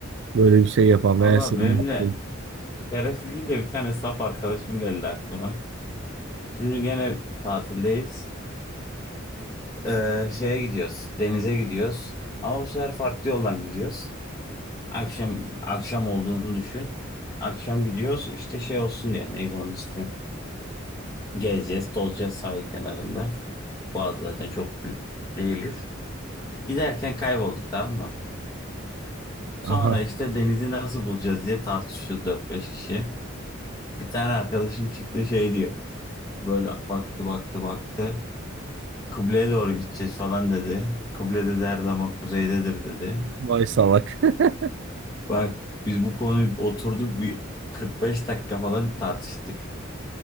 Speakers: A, on the right; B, on the left.
A: Böyle bir şey yapan
B: Valla
A: veya senin
B: benim
A: yaptığın.
B: de şerefsiz değil de bir tane saf arkadaşım geldi aklıma. Şimdi gene tatildeyiz. Ee, şeye gidiyoruz. Denize gidiyoruz. Ama bu sefer farklı yoldan gidiyoruz. Akşam akşam olduğunu düşün. Akşam gidiyoruz işte şey olsun diye neydi onun ismi? Gezeceğiz, tozacağız sahil kenarında. Boğaz zaten çok büyük değiliz. Giderken kaybolduk tamam mı? Sonra
A: Aha
B: işte denizi nasıl bulacağız diye tartışıyoruz dört beş kişi. Bir tane arkadaşım çıktı şey diyor. Böyle baktı baktı baktı. Kıbleye doğru gideceğiz falan dedi. Kıble dedi her zaman kuzeydedir dedi.
A: vay salak. <laughs>
B: Bak biz bu konuyu oturduk bir 45 dakika falan tartıştık.